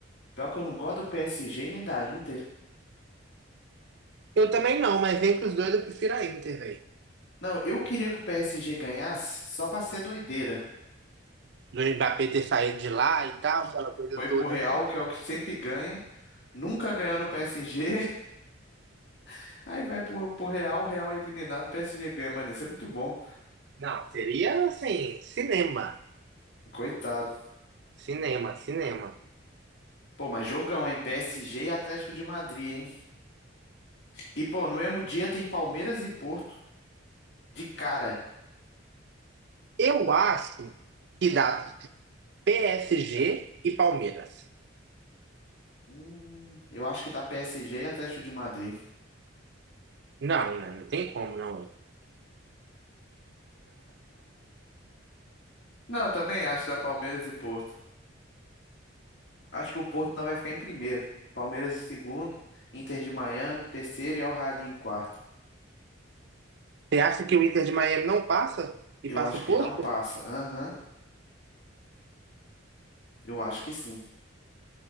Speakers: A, on the left; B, on the right.
A: pior que eu não gosto do PSG nem da Inter.
B: Eu também não, mas entre os dois eu prefiro a Inter, velho.
A: Não, eu queria que o PSG ganhasse só pra ser doideira.
B: do Mbappé ter saído de lá e tal, aquela coisa
A: Foi
B: toda,
A: pro Real,
B: né?
A: que é o que sempre ganha, nunca ganhou no PSG. <laughs> Aí vai pro, pro Real, o Real é eliminado, o PSG ganha, mano. Isso é muito bom.
B: Não, seria assim, cinema.
A: Coitado.
B: Cinema, cinema.
A: Pô, mas jogão, hein? PSG e Atlético de Madrid, hein? E, pô, no mesmo dia tem Palmeiras e Porto de cara.
B: Eu acho que dá PSG e Palmeiras.
A: Hum, eu acho que dá PSG e Atlético de Madrid.
B: Não, né? Não tem como, não.
A: Não, eu também acho da Palmeiras e Porto. Acho que o Porto não vai ficar em primeiro. Palmeiras em segundo, Inter de Miami, em terceiro e Al-Ahly em quarto.
B: Você acha que o Inter de Miami não passa? E
A: Eu
B: passa
A: acho
B: o
A: que
B: posto?
A: não passa. Aham, eu acho que sim.